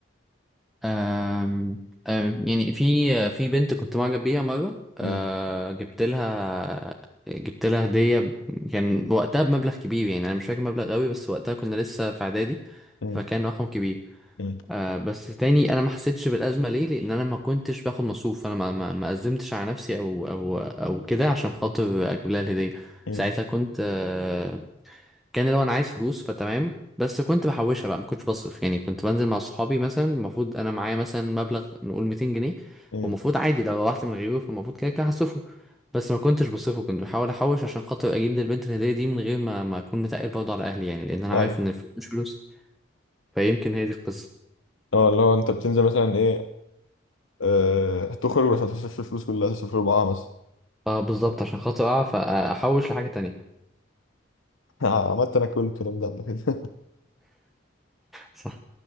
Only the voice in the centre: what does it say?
أم أم، يعني في في بنت كنت معجب بيها مرة أه
جبت لها جبت لها هدية ب- كان وقتها بمبلغ كبير يعني أنا مش فاكر مبلغ قوي بس وقتها كنا لسه في إعدادي
فكان رقم كبير
آه بس تاني انا ما حسيتش بالازمه ليه لان انا ما كنتش باخد مصروف انا ما ما ما قدمتش على نفسي او او او كده عشان خاطر اجيب لها الهديه
ساعتها كنت آه كان لو انا عايز فلوس فتمام بس كنت بحوشها بقى ما كنتش بصرف يعني كنت بنزل مع صحابي مثلا المفروض انا معايا مثلا مبلغ نقول 200 جنيه
والمفروض عادي لو روحت من غيره فالمفروض كده كده هصرفه بس ما كنتش بصرفه كنت بحاول احوش عشان خاطر اجيب للبنت الهديه دي من غير ما ما اكون متقل برضه على اهلي يعني لان انا
عارف ان الفلوس مش فلوس فيمكن هي دي القصه
اه بالظبط عشان خاطر اعرف احوش لحاجة تانية
صح